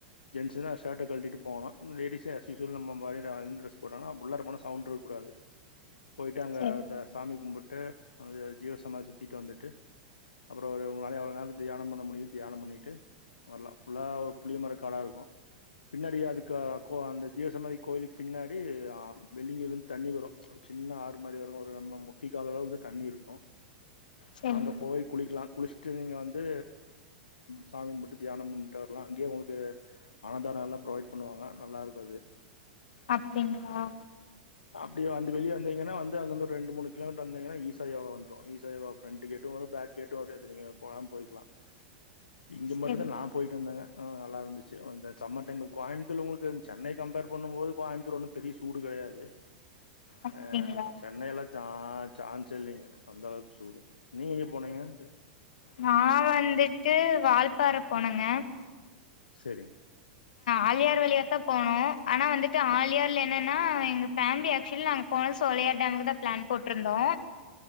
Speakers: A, on the left (about 75°); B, on the left (about 65°).
A: ஜென்ஸு தான் ஷாட்டை கழுடிட்டு போனோ லேடிஸ்னா ஆஸ்சூஸ்வல் நம்ம மாரி வந்து எந்த டிரெஸ் போட்டாலு உள்ளார போனா சவுண்டு இருக்க கூடாது போயி்ட்டு அங்கே
B: செரி
A: அ சாமி கும்பிட்டு அ ஜீவ சமாதி சுத்திட்டு வந்துட்டு அப்பறம் ஒரு உங்களால அவ்ளோ நேரோ தியானம் பண்ண முடியும் தியானம் பண்ணிட்டு வரலாம் ஃபுல்லா ஒரு புளியமரோ காடா இருக்கும் பின்னாடி அதுக்கு கோ அந்த ஜீவசமாதி கோவிலுக்கு பின்னாடி வெள்ளிங்கில இருந்து தண்ணி வரும் ஒரு சின்ன ஆறு மாரி வரும் ஒரு நம்ம முட்டி கால அளவுக்கு தண்ணி இருக்கு
B: செரி
A: அங்க போய் குளிக்கலாம் குளிச்சுட்டு நீங்கள் வந்து சாமிகும்பிட்டு தியானம் பண்ணிட்டு வரலாம் அங்கேயே உங்களுக்கு ஆனாதாரம் நல்லா ப்ரொவைட் பண்ணுவாங்க நல்லா இருக்கும் அது
B: அப்டிங்களா
A: அப்டி அந்த வெளிய வந்தீங்கன்னா வ அங்க வந்து ரெண்டு மூணு கிலோமீட்டர் வந்திங்கன்னா ஈசா யோகா வந்துரும் ஈசா யோகா பிரெண்ட கேட்டும் வரும் பேக் கேட்டு வரு நீங்க போலாம் போயிக்கலாம் இங்க
B: செரி
A: மட்டும்தான் நா போயிட்டு வந்தங்க நல்லா இருந்துச்சு அந்த சம்மர் டைம் கோயமுத்தூர் உங்களுக்கு சென்னை கம்பேர் பண்ணும் போது கோயமுத்தூர் ஒன்னு பெரிய சூடுகாயாது
B: அப்டிங்களா
A: அ சென்னைய எல்லாம் சா சான்சே இல்லைங்க அந்த அளவுக்கு சூடு நீங்க எங்க போனீங்க வந்து
B: நான் வந்துட்டு வால்பாறை போனங்க
A: சரி
B: ஆலியார் வழியா தான் போனோம் ஆனா வந்துட்டு
A: ஓகே
B: ஆலியார்ல என்ன நா எங்க பேமிலி ஆக்சுலி நாங்க போனது சோலையார் டேமுக்கு தான் பிளான் போட்டிருந்தோம்